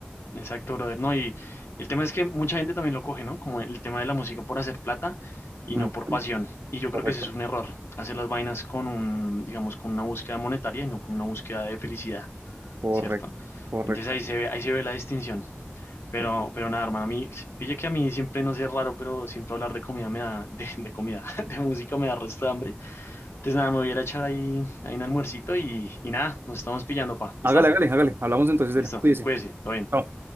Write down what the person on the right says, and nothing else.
Ujú.
Correcto,
correcto,
correcto.
Eh,
Hágale, hágale, hágale, hablamos entonces de
él, cuídese.
Chao.